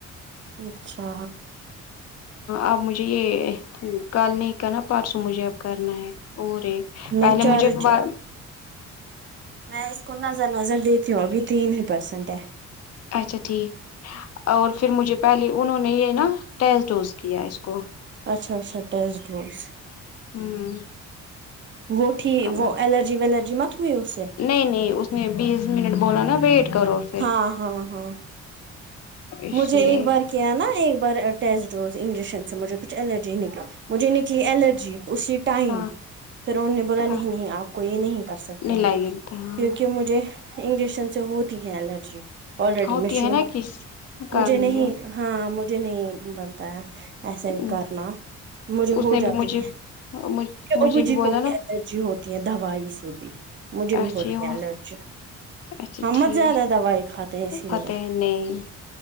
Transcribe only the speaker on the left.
اب مجھے یہ کل نہیں کرنا پرسوں مجھے اب کرنا ہے اور ایک
پہلے
مجھے پھر
اچھا ٹھیک اور پھر مجھے پہلے انہوں نے یہ نا ٹیسٹ ڈوز کیا اس کو
ہوں
اب
نہیں نہیں اس نے بیس منٹ بولا نا ویٹ کرو پھر
اس
لیے
ہاں
ہاں
نہیں لگے
گا ہاں
ہوتی
ہے نا کس کرنی
ہے
اس
نے بھی
مجھے
مجھے
بھی
بولا
نا
اچھا
اچھا
ٹھیک
فتح
نہیں